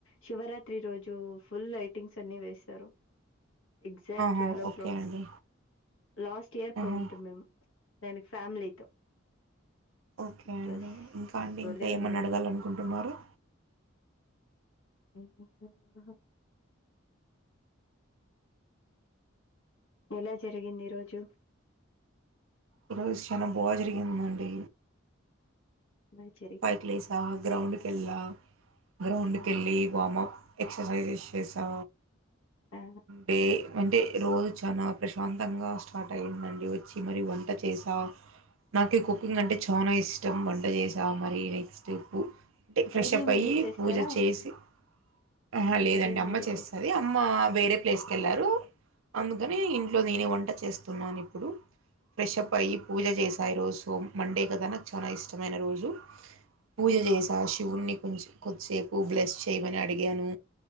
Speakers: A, on the left; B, on the right.
A: శివరాత్రి రోజు ఫుల్ లైటింగ్స్ అన్నీ వేేశారు ఎగ్జాక్ట్
B: ఆహా!
A: ట్వెల్వ్ ఓ
B: ఓకే
A: క్లాక్
B: అండి.
A: కి లాస్ట్ ఇయర్
B: ఆహా!
A: పోయిట్ మేమ్ దానికి ఫ్యామిలీతో
B: ఓకే
A: జస్
B: అండి ఇంకా అండి
A: భలే
B: ఇంకా ఏమైన్నా
A: ఉంది
B: అడగలనుకుంటున్నారా
A: <unintelligible> ఎలా జరిగింది ఈ రోజు
B: ఈరోజు చానా భోజరిగిందండి
A: బా జరిగింది
B: పైకీలేసా గ్రౌండ్ కేల్లా గ్రౌండ్కి
A: ఆ
B: వెళ్ళి వార్ముప్ ఎక్సర్సైజెస్ చేసా
A: ఆ ఆ
B: డే అంటే రోజు చాలా ప్రశాంతంగా స్టార్ట్ అయ్యిందండి వచ్చి మరి వంట చేసా నాకు కుకింగ్ అంటే చానా ఇష్టం వంట చేసా మరి అంటే
A: ఆ
B: ఫ్రెషప్
A: డైలీ మీరే
B: అయ్యి
A: చేస్తారా
B: పూజ చేసి ఆహ లేదండి
A: డైలీ
B: అమ్మ
A: మీరే
B: చేస్తది
A: చేస్తారా
B: అమ్మ వేరే ప్లేస్కి వెళ్ళారు అందుకని
A: ఆ
B: ఇంట్లో నేనే వంట చేస్తున్నాను ఇప్పుడు ఫ్రెష్ప్
A: ఉహు
B: అయ్యి పూజ చేస్ రోజు మండే కదా నాకు చాలా ఇష్టమైన రోజు పూజ
A: ఓహో
B: చేసా శివుణ్ణి కొంచెం కొద్దిసేపు బ్లెస్ చేయమని అడిగాను